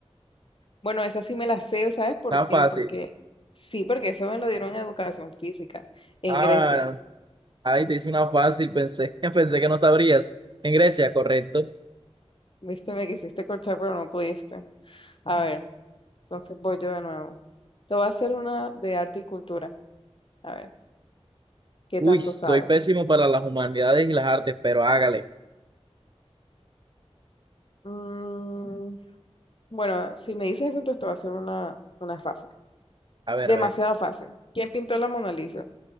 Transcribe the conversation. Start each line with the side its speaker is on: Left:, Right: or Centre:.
Left: Bueno, esa sí me la sé, ¿sabes por
Right: Está
Left: qué?
Right: fácil.
Left: Porque sí, porque eso me lo dieron en educación física en
Right: Ah,
Left: Grecia.
Right: ahí te hice una fácil, pensé, <laughs> pensé que no sabrías. En Grecia, correcto.
Left: Viste, me quisiste corchar, pero no pudiste. A ver, entonces voy yo de nuevo. Te voy a hacer una de arte y cultura. A ver, ¿qué
Right: Uy,
Left: tanto
Right: soy
Left: sabes?
Right: pésimo para las humanidades y las artes, pero hágale.
Left: Mm, bueno, si me dices eso, entonces te voy a hacer una, una fácil.
Right: A ver,
Left: Demasiado
Right: a ver.
Left: fácil. ¿Quién pintó la Mona Lisa?